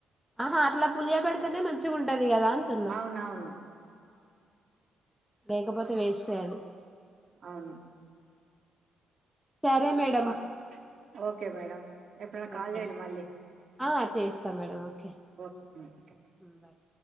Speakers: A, in the centre; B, on the right (about 50°).
A: అహా అట్ల పులియ పెడితేనే మంచిగ ఉంటది కదా అంటున్న
B: అవునవును
A: లేకపోతే వేస్ట్ ఏ అది
B: అవును
A: సరే మేడ
B: బా ఓకే మేడం ఎప్పుడన్న కాల్
A: ఓకే
B: చేయండి మళ్ళీ
A: ఆ చేస్తా మేడం ఓకే
B: ఓకే
A: ఉ బాయ్